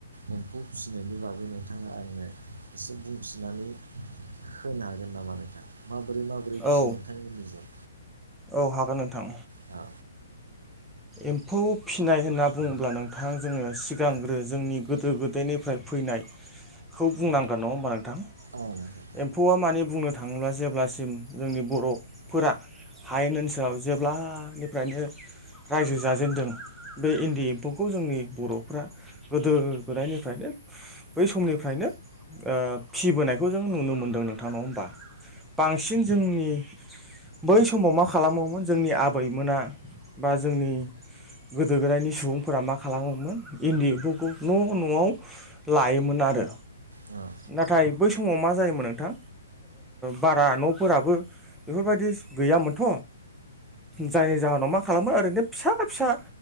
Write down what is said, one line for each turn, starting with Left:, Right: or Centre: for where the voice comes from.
Right: एम्फौ फिसिनायनि बागै नोंथाङा आंनो एसे बुंथिनानै होनो नो हागोन नामा नोंथां माबोरै माबोरै फिसियो
Centre: औ
Right: नोंथांनि निजों
Centre: औ हागोन नोंथां
Right: औ
Centre: एम्फौ फिनाय होनना बुङोब्ला नोंथां जोङो सिगांग्रो जोंनि गोदो गोदायनिफ्राय फैनायखौ बुंनांगोन नङा होनबा नों थां
Right: औ नोंथां
Centre: एम्फौआ माने बुंनो थाङोब्ला जेब्लासिम जोंनि बर'फोरा हायेन ओनसोलाव जेब्लानिफ्रायनो रायजो जाजेनदों बे इन्दि एम्फौखौ जोंनि बर'फ्रा गोदो गोदायनिफ्रायनो बै समनिफ्रायनो ओ फिबोनायखौ जों नुनो मोनदों नोंथां नङा होमबा बांसिन जोंनि बै समाव मा खालामोमोन जोंनि आबैमोना बा जोंनि गोदो गोदायनि सुबुंफोरा मा खालामोमोन इन्दि एम्फौखौ न' न'आव लायोमोन आरो
Right: औ
Centre: नाथाय बै समाव मा जायोमोन नोंथां? बारा न'फोराबो बेफोर बायदि गैयामोनथ'? जायनि जाहोनाव मा खालामो ओरैनो फिसा फिसा